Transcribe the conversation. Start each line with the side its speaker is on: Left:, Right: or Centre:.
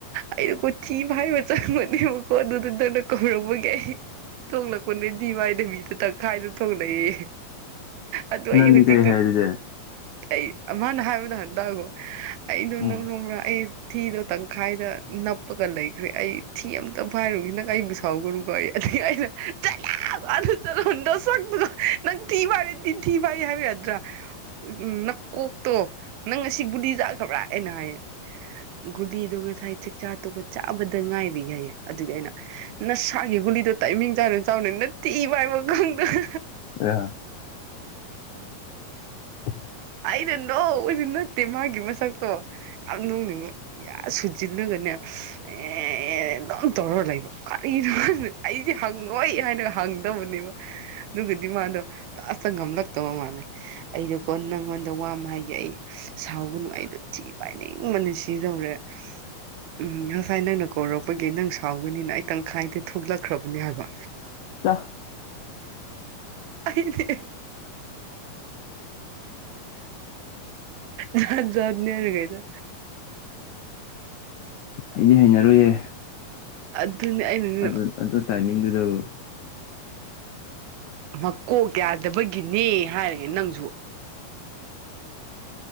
Right: ꯑꯩꯗꯣꯀꯣ ꯊꯤ ꯐꯥꯏꯕ ꯆꯪꯕꯅꯦꯕꯀꯣ ꯑꯗꯨꯗ ꯅꯪ ꯀꯧꯔꯛꯄꯥꯒꯤ ꯑꯩ ꯊꯣꯛꯂꯛꯄꯅꯦ ꯊꯤ ꯐꯥꯏꯗꯕꯤꯗ ꯇꯪꯈꯥꯏꯗ ꯊꯣꯛꯂꯛꯑꯦꯌꯦ ꯑꯗꯨ
Left: ꯅꯪꯗꯤ
Right: ꯑꯩ ꯍꯧꯖꯤꯛꯇꯣ
Left: ꯀꯩ ꯍꯥꯏ ꯑꯗꯨꯗꯤ
Right: ꯑꯩ ꯑꯃꯅ ꯍꯥꯏꯕꯗ ꯍꯥꯟ ꯇꯥꯈꯣ ꯑꯩꯗꯣ
Left: ꯎꯝ
Right: ꯅꯪ ꯈꯪꯕ꯭ꯔꯥ ꯑꯩ ꯊꯤꯗꯣ ꯇꯪꯈꯥꯏꯗ ꯅꯞ ꯅꯞꯄꯒ ꯂꯩꯈ꯭ꯔꯦ ꯑꯩ ꯊꯤ ꯑꯃꯝꯇ ꯐꯥꯏꯔꯨꯒꯦꯀꯣ ꯅꯪ ꯑꯩꯕꯨ ꯁꯥꯎꯒꯅꯨꯀꯣ ꯑꯩ ꯑꯗꯨ ꯑꯩꯅ ꯆꯠꯂꯣ ꯑꯗꯥ ꯆꯠꯂꯣ ꯅꯥꯁꯛꯇꯨꯒ ꯅꯪ ꯊꯤꯐꯥꯏꯔꯗꯤ ꯊꯤꯐꯥꯏ ꯍꯥꯏꯕ ꯌꯥꯗ꯭ꯔꯥ ꯎꯝ ꯅꯀꯣꯛꯇꯣ ꯅꯪ ꯉꯥꯁꯤ ꯒꯨꯂꯤ ꯆꯥꯈ꯭ꯔꯕ꯭ꯔꯥ ꯍꯥꯏꯅ ꯍꯥꯏꯌꯦ ꯒꯨꯂꯤꯗꯣ ꯉꯁꯥꯏ ꯆꯥꯛꯆꯥ ꯇꯣꯀꯄꯗ ꯆꯥꯕꯗ ꯉꯥꯏꯔꯤ ꯍꯥꯏꯌꯦ ꯑꯗꯨꯒꯤ ꯑꯩꯅ ꯅꯁꯥꯒꯤ ꯒꯨꯂꯤꯗꯨꯣ ꯇꯥꯏꯃꯤꯡ ꯆꯥꯅ ꯆꯥꯎꯅꯦ ꯅꯊꯤ ꯐꯥꯏꯕ ꯐꯥꯎ ꯈꯪꯗꯕ
Left: ꯍꯣꯏ <inaudible>
Right: ꯑꯩꯩꯅ ꯅꯣꯛꯄꯁꯦ ꯅꯠꯇꯦ ꯃꯥꯒꯤ ꯃꯁꯛꯇꯣ ꯌꯥꯝ ꯅꯣꯛꯅꯤꯡꯕ ꯁꯨꯖꯤꯜꯂꯒꯅꯦ ꯑꯦ ꯑꯗꯨꯝ ꯇꯧꯔꯒ ꯂꯩꯕ ꯀꯔꯤꯅꯣ <unintelligible> ꯑꯩ ꯍꯪꯉꯣꯏ ꯍꯥꯏꯅ ꯍꯪꯗꯕꯅꯦꯕ ꯑꯗꯨꯒꯗꯤ ꯃꯥꯗꯣ ꯂꯥꯁꯇ ꯉꯝꯂꯛꯇꯕ ꯃꯥꯜꯂꯦ ꯑꯩꯗꯣꯀꯣ ꯅꯪꯉꯣꯟꯗ ꯋꯥꯃ ꯍꯥꯏꯒꯦ ꯑꯩ ꯁꯥꯎꯒꯅꯨ ꯑꯩꯗꯣ ꯊꯤ ꯐꯥꯏꯅꯤꯡ ꯕꯅ ꯁꯤꯗꯧꯔꯦ ꯎꯝ ꯉꯁꯥꯏ ꯅꯪꯅ ꯀꯧꯔꯛꯄꯒꯤ ꯅꯪ ꯁꯥꯎꯒꯅꯤꯅ ꯑꯩ ꯇꯪꯈꯥꯏꯗ ꯊꯣꯛꯂꯛꯈ꯭ꯔꯕꯅꯦ ꯍꯥꯏꯕ
Left: ꯆꯥ
Right: ꯑꯩꯗꯤ ꯖꯥꯠ ꯖꯥꯠ ꯅꯤꯗ
Left: ꯍꯩꯗꯤ ꯍꯩꯅꯔꯣꯏꯌꯦ
Right: ꯑꯗꯨꯅꯤ ꯑꯩꯅꯅꯦ
Left: ꯑꯗꯨ ꯑꯗꯨ ꯇꯥꯏꯃꯤꯡꯗꯨꯗꯕꯨ
Right: ꯃꯀꯣꯛ ꯌꯥꯗꯕꯒꯤꯅꯦ ꯍꯥꯏꯔꯒ ꯅꯪꯁꯨ ꯫